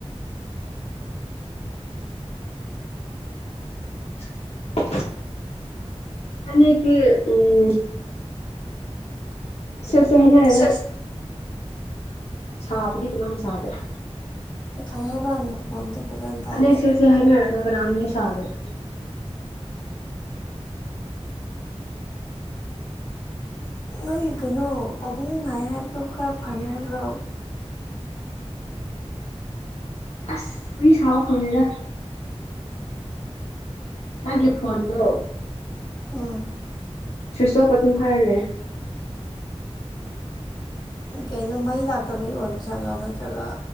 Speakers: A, on the left; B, on the left.
A: <inaudible> ꯐꯅꯦꯛꯇꯤ ꯎꯝ ꯁꯦꯠꯁꯤ ꯍꯥꯏꯅꯔꯒ
B: ꯁꯦꯁ
A: ꯁꯥꯄꯗꯤ ꯀꯅꯥꯝ ꯁꯥꯕꯔ
B: <unintelligible> ꯇꯥꯗꯦ
A: ꯐꯅꯦꯛ ꯁꯦꯠꯁꯤ ꯍꯥꯏꯅꯔꯒ ꯀꯅꯥꯝꯗꯤ ꯁꯥꯗꯦ
B: ꯑꯩ ꯀꯩꯅꯣ ꯄꯥꯕꯨꯡ ꯅꯥꯏ ꯍꯥꯏꯕꯗꯣ ꯈꯔ ꯐꯔꯦ ꯍꯥꯏꯕ꯭ꯔꯣ
A: ꯑꯁ ꯋꯔꯤ ꯁꯥꯕ ꯐꯪꯗꯦꯗ ꯅꯪꯒꯤ ꯐꯣꯟꯗꯣ
B: ꯎꯝ
A: ꯁ꯭ꯋꯤꯁ ꯑꯣꯐ ꯑꯗꯨꯝ ꯍꯥꯏꯔꯂꯩꯌꯦ
B: ꯎꯝ ꯀꯩꯅꯣ ꯃꯩ ꯂꯥꯛꯇꯕꯒꯤ ꯑꯣꯏꯕ ꯖꯥꯠꯂꯣ ꯅꯠꯇ꯭ꯔꯒ